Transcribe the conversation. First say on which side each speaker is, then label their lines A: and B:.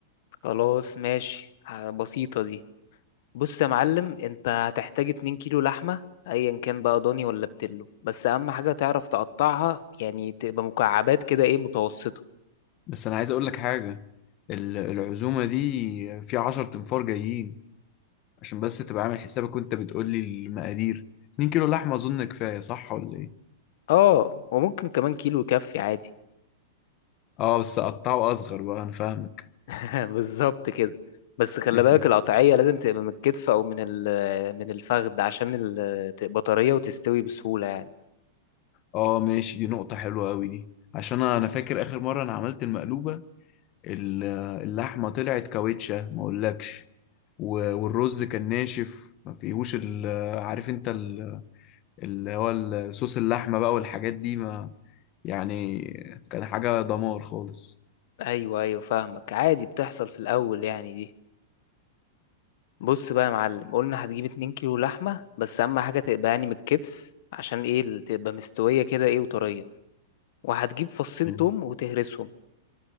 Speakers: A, on the left (about 60°); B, on the left (about 40°).
A: خلاص ماشي ه- بسيطة دي بص يا معلم انت هتحتاج 2 كيلو لحمة ايا كان بقى ضاني ولا بتلو بس اهم حاجة تعرف تقطعها يعني تبقى مكعبات كده ايه متوسطة
B: بس انا عايز اقول لك حاجه ال- العزومه دي في 10 تنفار جايين عشان بس تبقى عامل حسابك وانت بتقول لي المقادير 2 كيلو لحمه اظن كفايه صح ولا ايه
A: اه وممكن كمان كيلو يكفي عادي
B: اه بس اقطعه اصغر بقى انا فاهمك
A: <laughs> بالظبط كده بس خلي
B: <laughs>
A: بالك القطعية لازم تبقى من الكتف أو من ال- من الفخذ عشان ال- تبقى طرية وتستوي بسهولة يعني
B: اه ماشي دي نقطه حلوه قوي دي عشان انا أنا فاكر اخر مره انا عملت المقلوبه ال- اللحمة طلعت كاوتشة ما اقولكش و- والرز كان ناشف ما فيهوش ال- عارف انت ال- اللي هو ال- صوص اللحمة بقى والحاجات دي ما يعني كان حاجة دمار خالص
A: أيوه أيوه فاهمك عادي بتحصل في الأول يعني دي بص بقى يا معلم قلنا هتجيب 2 كيلو لحمة بس أهم حاجة تبقى يعني من الكتف عشان إيه ال- تبقى مستوية كده إيه وطرية وهتجيب فصين
B: مم.
A: توم وتهرسهم